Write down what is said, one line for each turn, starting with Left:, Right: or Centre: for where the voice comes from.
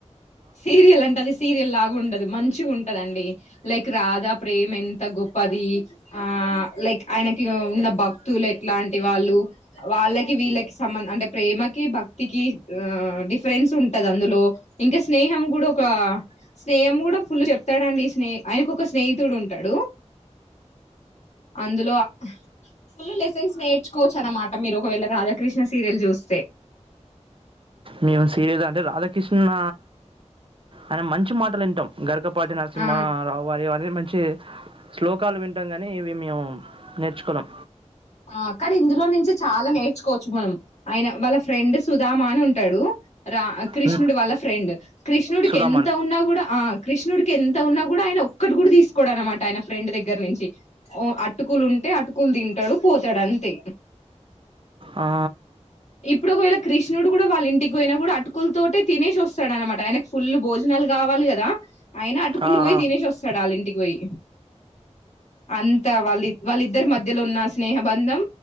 Left: సీరియల్ అంటే అది సీరియల్ లాగుండదు మంచిగుంటదండి లైక్ రాధా ప్రేమ ఎంత గొప్పది ఆ లైక్ ఆయనకి ఉన్న భక్తులు ఎట్లాంటి వాళ్ళు వాళ్ళకి వీళ్ళకి సంబంధ అంటే ప్రేమ కి భక్తికి ఆ డిఫరెన్స్ ఉంటదా అందులో ఇంకా స్నేహం కూడా ఒక స్నేహం కూడా ఫుల్ చెప్తాడండి స్నే ఆయనకు ఒక స్నేహితుడు ఉంటాడు అందులో ఫుల్ లెసన్స్ నేర్చుకోవచ్చు అనమాట మీరు ఒకవేళ రాధాకృష్ణ సీరియల్ చూస్
Right: మేం సీరియజ్ అంటే రాధ కృష్ణ అనే మంచ్ చి మాటలు వింటాం గరకపాటి నరసింహారావు
Left: ఆ
Right: వారి వారి మంచి అంటే శ్లోకాలు వింటాం కానీ ఇవి మేము నేర్చుకోలేం.
Left: ఆ కానీ ఇందులో నుంచి చాలా నేర్చుకోవచ్చు మనం ఆయన వాళ్ళ ఫ్రెండ్ సుధామా అని ఉంటాడు రా కృష్ణుడు
Right: ఉమ్.
Left: వాళ్ళ ఫ్రెండ్ కృష్ణుడికి
Right: సుధామన్
Left: ఎంత ఉన్నా కూడా ఆ కృష్ణుడికి ఎంత ఉన్నా కూడా ఆయన ఒక్కటి కూడా తీసుకోడ్ అన్నమాట ఆయన ఫ్రెండ్ దగ్గర నుంచి ఓ అటుకులు ఉంటే అటుకులు తింట డు పోతాడు అంతే
Right: ఆ,
Left: ఇప్పుడు ఒకవేళ కృష్ణుడు కూడా వాళ్ళ ఇంటికి పోయినా కూడా అటుకుల తటే తినేసి వస్తాడు అనమాట. ఆయనకు ఫుల్ భోజనాలు కావాలి కదా, ఆయన అటుకులు
Right: ఆ, ఆ.
Left: పోయి
Right: ఆ.
Left: తినేసి వస్తాడు. వాళ్ళ ఇంటికి పోయి అంత వాళ్ళ వాళ్ళిద్దరి మధ్యలో ఉన్న స్నేహ బంధం